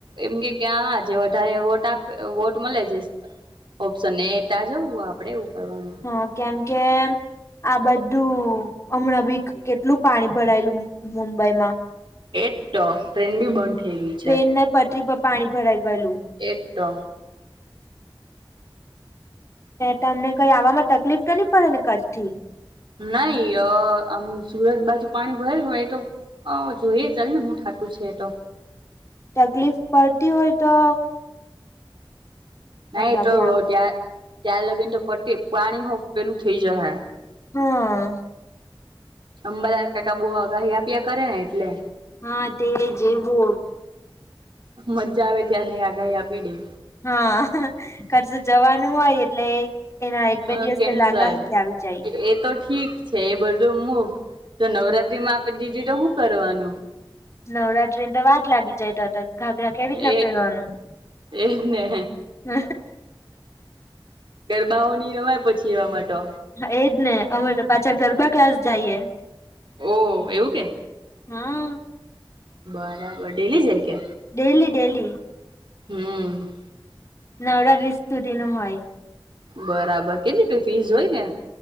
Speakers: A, on the right; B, on the left.
A: એમ કે કે આજ વધારે વોટ આપે વોટ મળે જ
B: <inaudible>
A: ઓપ્શન એ તા જવું હો આપડે એવું કરવાનું.
B: હ કેમ કે આ બધું હમણાં બી કેટલું પાણી ભરાયેલું મુંબઈમાં.
A: એ તો ટ્રેન બી બંધ. થઈ ગઈ
B: ટ્રેન
A: છે
B: ને પટરી પર પાણી ભરાઈ ગયેલું.
A: એજ તો.
B: તમને કઈ આવવામાં તકલીફ ન પડે ને કચ્છ થી.
A: નહી અ આમ સુરત બાજુ પાણી ભરાય એ તો હ જોઈએ ચાલ ને હું થાતું છે તો.
B: તકલીફ પડતી હોય તો પણ
A: નહી તો
B: બી આવું
A: ત્યાં ત્યાં લગીને તો પ પાણી હો પેલું થઈ જાહે.
B: હમ્મ.
A: અંબાલાલ કાકા બોગાહી આપ્યા કરે ને એટલે
B: હા તે જે બો
A: મજા આવે ત્યાને આગાહી આપે તે.
B: હા કસે જવાનું હોય એટલે એના એક
A: હા
B: બે દિવસ
A: કેન્સલ
B: પેલા આગાહી આવી જાય
A: એ તો ઠીક છે એ બધું મૂક તો નવરાત્રીમાં આપી દીધી તો શું કરવાનું?
B: નવરાત્રીને તો વા જ લાગી જાય તો હતો ઘાઘરા કેવી રીતના
A: એ
B: પહેરવાનું.
A: એજ ને.
B: હ.
A: ગરબાઓ ની રમાય પછી એવામાં તો
B: એજ ને અમે પાછા ગરબા ક્લાસ જઈએ.
A: બો હોય છે.
B: હા.
A: બરાબર ડેલી જાય કે?
B: Daily daily.
A: હમ
B: નવરાત્રીશ સુધી ન હોય.
A: બરાબર કેટલી ફીસ હોય ને.